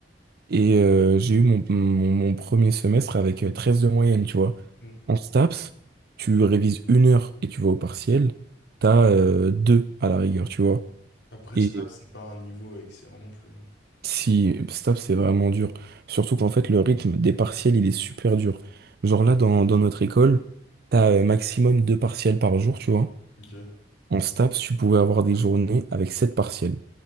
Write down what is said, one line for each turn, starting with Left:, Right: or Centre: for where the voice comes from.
Right: Et euh, j'ai eu mon, mon, mon premier semestre avec euh, 13 de moyenne, tu vois.
Left: Hmm.
Right: En STAPS, tu révises une heure et tu vas au partiel, t'as euh, deux à la rigueur, tu vois.
Left: Après,
Right: Et
Left: stable, c'est pas un niveau excellent non plus. hein.
Right: si STAPS, c'est vraiment dur. Surtout qu'en fait, le rythme des partiels, il est super dur. Genre là, dans, dans notre école, t'as euh, maximum deux partiels par jour, tu vois.
Left: Ok.
Right: En STAPS, tu pouvais avoir des journées avec sept partiels.